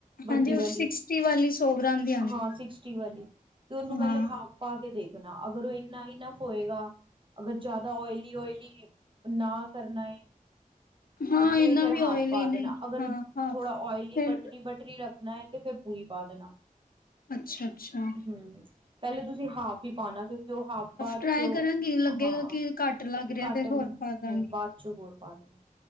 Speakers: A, on the right; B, on the left.
A: ਵੱਡੀ
B: ਹਾਂਜੀ ਉਹ
A: ਵਾਲੀ
B: ਸਿਕਸਟੀ ਵਾਲੀ ਸੌ ਗ੍ਰਾਮ ਦੀ ਆਂਦੀ
A: ਹਾਂ ਸਿਕਸਟੀ ਵਾਲੀ ਤੇ ਉਹਨੂੰ ਪਹਿਲੇ
B: ਹਾਂ
A: ਹਾਫ ਪਾ ਕੇ ਦੇਖਣਾ ਅਗਰ ਉਹ ਇੰਨਾ ਇਨਫ ਹੋਏਗਾ ਅਗਰ ਜ਼ਿਆਦਾ ਓਇਲੀ ਓਇਲੀ ਨਾ ਕਰਨਾ।
B: ਹਾਂ
A: ਤੇ
B: ਇਨਾ
A: ਫਿਰ
B: ਵੀ ਓਇਲੀ
A: ਹਾਫ ਪਾ
B: ਨਹੀਂ
A: ਦੇਣਾ ਅਗਰ
B: ਹਾਂ ਹਾਂ।
A: ਥੋੜਾ ਓਇਲੀ
B: ਫਿਰ
A: ਬਟਰੀ ਬਟਰੀ ਰੱਖ ਣਾ ਤੇ ਫਿਰ ਬੂਰੀ ਪਾ ਦੇਣਾ।
B: ਅੱਛਾ ਅੱਛਾ।
A: ਹੂੰ, ਪਹਿਲੇ ਤੁਸੀਂ ਹਾਫ ਵੀ ਪਾਣਾ ਕਿਉਂਕਿ ਉਹ ਹਾਫ ਬਾਅਦ
B: ਟਰਾਈ
A: ਚੋਂ
B: ਕਰਾਂਗੀ ਲੱਗੇਗਾ
A: ਹਾਂ
B: ਕਿ ਘੱਟ ਲੱਗ ਰਿਹਾ
A: ਘੱਟ
B: ਤੇ
A: ਹਣ
B: ਹੋਰ ਪਾ ਦਾਂਗੀ।
A: ਬਾਅਦ ਚੋਂ ਹੋਰ ਪਾ ਨੇ